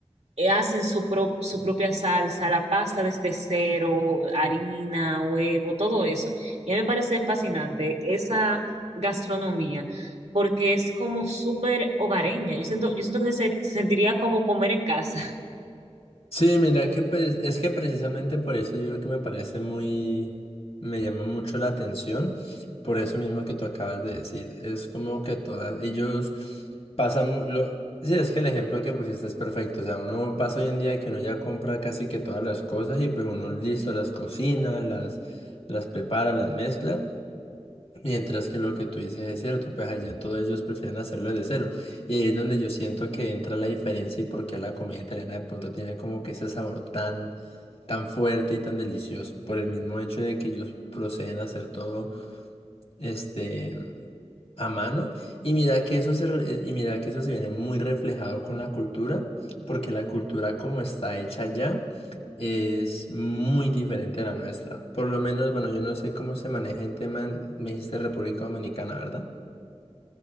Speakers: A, on the right; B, on the left.
A: eh, hacen su, pro- su propia salsa, la pasta desde cero, harina, huevo, todo eso. Y a mí me parece fascinante esa gastronomía, porque es como súper hogareña. Yo siento, yo siento que se, se sentiría como comer en casa.
B: Sí, mira que pues es que precisamente por eso yo que me parece muy, me llama mucho la atención, por eso mismo que tú acabas de decir, es como que todas, ellos pasan, mu- lo, sí, es que el ejemplo que pusiste es perfecto, o sea, uno pasa hoy en día que uno ya compra casi que todas las cosas y pues uno listo las cocina, las, las prepara, las mezcla. Mientras que lo que tú dices es cierto, pues allá todos ellos prefieren hacerlo de cero. Y ahí es donde yo siento que entra la diferencia y por qué la comida italiana de pronto tiene como que ese sabor tan, tan fuerte y tan delicioso. Por el mismo hecho de que ellos proceden a hacer todo, este a mano y mira que eso se, re- y mira que eso se viene muy reflejado con la cultura, porque la cultura como está hecha ya es muy diferente a la nuestra. Por lo menos, bueno, yo no sé cómo se maneja el tema, en- me dijiste República Dominicana, ¿verdad?